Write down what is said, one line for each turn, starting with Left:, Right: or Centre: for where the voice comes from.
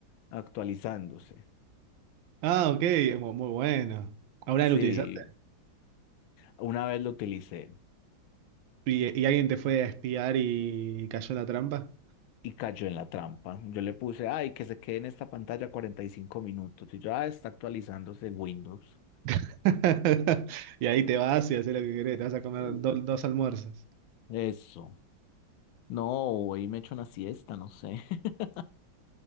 Left: actualizándose.
Right: Ah, ok, mu- muy bueno. ¿Ahora
Left: Sí,
Right: lo utilizaste?
Left: una vez lo utilicé
Right: ¿Y, y alguien te fue a espiar y cayó en la trampa?
Left: y cayó en la trampa. Yo le puse, ay, que se quede en esta pantalla 45 minutos. Y yo, ah, está actualizándose Windows.
Right: <laughs> Y ahí te vas y haces lo que querés, te vas a comer
Left: Mm,
Right: do- dos almuerzos.
Left: Eso. No, hoy me echo una siesta, no sé. <laughs>